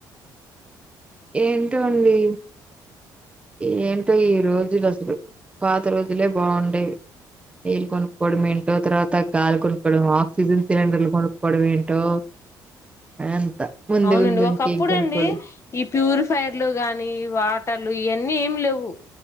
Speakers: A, on the right (about 15°); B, on the left (about 35°).
A: ఏంటోండి ఏంటో ఈ రోజులు అసలు పాత రోజులే బావుండేవి నీళ్లు కొనుక్కోవడం ఏంటో తర్వాత గాలి కొనుక్కోవడం ఆక్సిజన్ సిలిండర్లు కొనుక్కోవడం ఏంటో అంత ముందు
B: అవునండి
A: ముందు
B: ఓకప్పుడండి
A: ఇంకేం కొనుక్కోలు
B: ఈ ప్యూరిఫైర్లు గానీ వాటర్లు ఇయేన్నీ ఏం లేవు